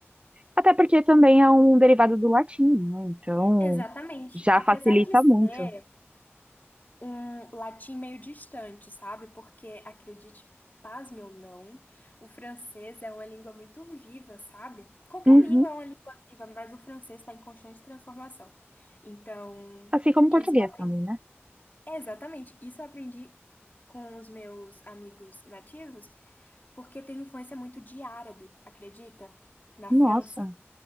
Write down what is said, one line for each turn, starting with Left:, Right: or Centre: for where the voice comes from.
Right: Até porque também é um derivado do latim, né? Então,
Left: Exatamente.
Right: já
Left: Apesar
Right: facilita
Left: de ser
Right: muito.
Left: um latim meio distante, sabe? Porque, acredite, pasme ou não, o francês é uma língua muito viva, sabe? Qualquer
Right: Uhum.
Left: língua é uma língua viva, mas o francês está em constante transformação. Então,
Right: Assim como
Left: isso
Right: português
Left: eu aprendi.
Right: também, né?
Left: Exatamente, isso eu aprendi com os meus amigos nativos. porque teve influência muito de árabe, acredita? Na
Right: Nossa,
Left: França.